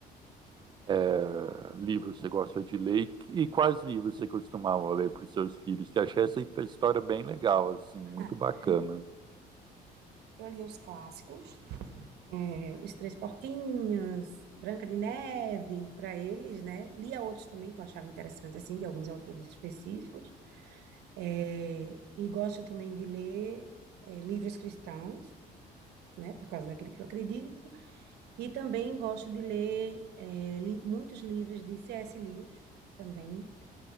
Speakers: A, on the right; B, on the right.
A: é, livro você gosta de ler? E, e quais livros você costumava ler para os seus filhos? Que eu achei essa história bem legal, assim, muito
B: <laughs>
A: bacana.
B: Eu li os clássicos, é, Os Três Porquinhos, Branca de Neve, para eles, né? Lia outros também que eu achava interessante, assim, de alguns autores específicos. É, e gosto também de ler é, livros cristãos, né? Por causa daquele que eu acredito. E também gosto de ler é, li- muitos livros de C.S. Lewis, também.